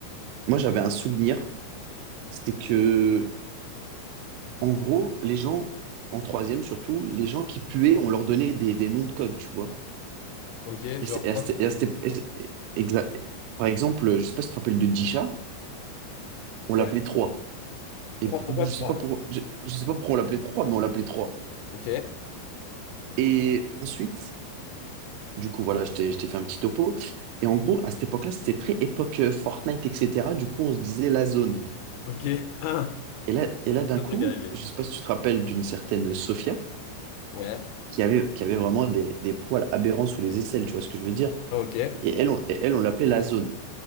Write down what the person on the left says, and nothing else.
Ok,
genre
quoi
comme
nom
Ouais.
Trois,
pourquoi
trois?
Ok.
Ok. Un.
Le
truc arrivé.
Ouais.
Ok.